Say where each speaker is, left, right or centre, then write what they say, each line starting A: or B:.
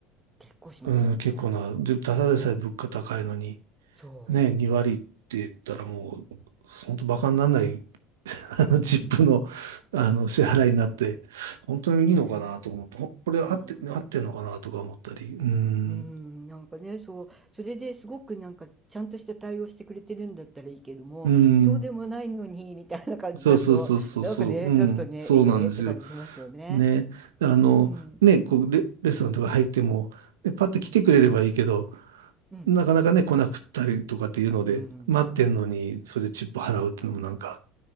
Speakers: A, on the right; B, on the right.
A: 結構しますよね。
B: うん、結構な、で、ただでさえ物価高いのに、
A: そ
B: ね、2割って言ったらもう、本当バカにならない <laughs> あの、
A: う。
B: チップの、
A: うん。
B: あの、支払いになって、本当にいいのかなと思って、
A: ね
B: ほこれ合って、
A: え、うん、
B: 合ってんのかなとか思ったり、うん、
A: うん、なんかね、そう、それですごくなんかちゃんとした対応してくれてるんだったらいいけども、
B: うん、
A: そうでもないのにみたいな感じだと、
B: そうそうそうそうそう、
A: なんかね、
B: うん、
A: ちょっとね、
B: そうなんですよ。
A: ええって感じしますよね。
B: ね、あの、
A: うん、
B: ね、こうレ、レストランとか入っても、ねパッと来てくれればいいけど、
A: うん、うん、
B: なかなかね、来なくったりとかっていうので、
A: うん、
B: 待ってんのに、それでチップ払うっていうのもなんか、